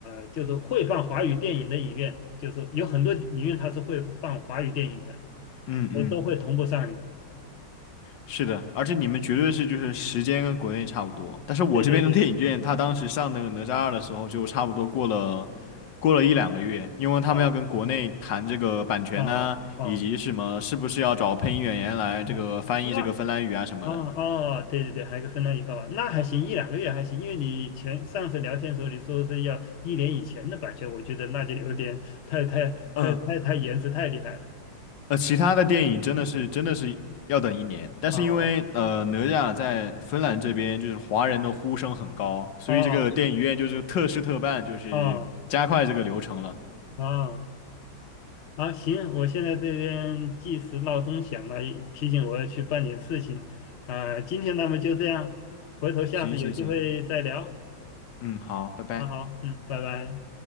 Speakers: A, on the left; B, on the left.
A: 呃，就是说会放华语电影的影院，就是有很多影院它是会放华语电影的，
B: 嗯嗯。
A: 我都会同步上映。
B: 是的，而且你们绝对是就是时间跟国内差不多，但是我这边的电影院，
A: 对对对，
B: 他当时上那个哪吒二的时候，就差不多过了过了一两个月，因为他们要跟国内谈这个版权呐、
A: 哦哦哦
B: 以及什么是不是要找配音演员来这个翻译这个芬兰语啊什么的。
A: 哦，那哦哦，对对对，还有个芬兰语哦，那还行，一两个月还行，因为你前上次聊天的时候你说是要一年以前的版权，我觉得那就有点太太太太太延迟太厉害了。
B: 嗯，呃，其他的电影真的是真的是要等一年，但是因为呃哪吒在芬兰这边就是华人的呼声很高，
A: 哦哦
B: 所以这个电影院就是特事特办，
A: 哦
B: 就是加快这个流程了。
A: 哦。哦，啊，行，我现在这边计时闹钟响了，提醒我要去办点事情。啊、今天那么就这样，回头下次有机会再聊。
B: 行行行。嗯，好，拜拜。
A: 好好，嗯，拜拜。